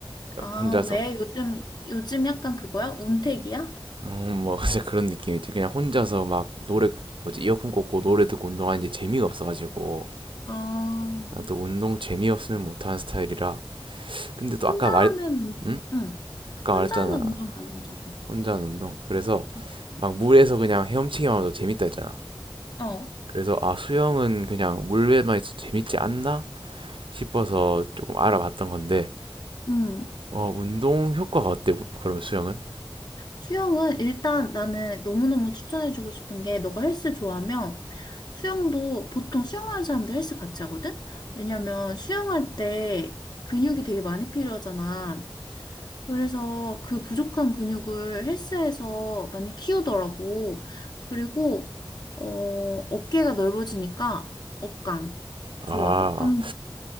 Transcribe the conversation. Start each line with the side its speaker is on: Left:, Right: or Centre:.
Left: 아,
Right: 혼자서
Left: 왜 요즘, 요즘 약간 그거야? 운택이야?
Right: 음, 뭐 <laughs> 진짜 그런 느낌이지. 그냥 혼자서 막 노래 뭐지 이어폰 꽂고 노래 듣고 운동하는 게 재미가 없어가지고
Left: 아,
Right: 난 또 운동 재미없으면 못하는 스타일이라. 근데 또
Left: 혼자
Right: 아까 말,
Left: 하는 운동.
Right: 응?
Left: 응.
Right: 아까
Left: 혼자
Right: 말했잖아.
Left: 하는 운동이 안 맞아서.
Right: 혼자 하는 운동. 그래서
Left: 응.
Right: 막 물에서 그냥 헤엄치기만 해도 재밌다 했잖아.
Left: 어.
Right: 그래서 아 수영은 그냥 물에만 있어도 재밌지 않나 싶어서 조금 알아봤던 건데
Left: 응.
Right: 어 운동 효과가 어때? 그러면 수영은?
Left: 수영은 일단 나는 너무너무 추천해주고 싶은 게 너가 헬스 좋아하면 수영도 보통 수영하는 사람들 헬스 같이 하거든? 왜냐면 수영할 때 근육이 되게 많이 필요하잖아. 그래서 그 부족한 근육을 헬스에서 많이 키우더라고. 그리고 어, 어깨가 넓어지니까 어깡.
Right: 아
Left: 좋아. 어깡